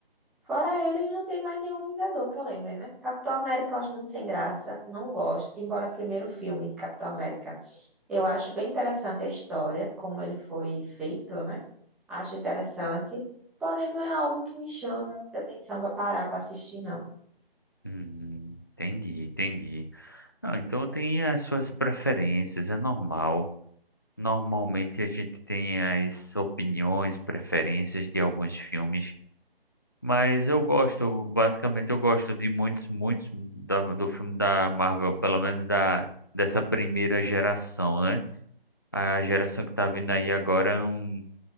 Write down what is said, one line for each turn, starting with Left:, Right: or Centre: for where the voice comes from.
Centre: Fora eles, não tem mais nenhum Vingador que eu lembre, né? Capitão América eu acho muito sem graça, não gosto, embora primeiro filme de Capitão América. Eu acho bem interessante a história, como ele foi feito, né? Acho interessante, porém não é algo que me chama muita atenção para parar para assistir, não.
Left: Hum, entendi, entendi. Não, então tem as suas preferências, é normal. Normalmente a gente tem as opiniões, preferências de alguns filmes, mas eu gosto, basicamente eu gosto de muitos, muitos da- do filme da Marvel, pelo menos da dessa primeira geração, né? A geração que tá vindo aí agora não,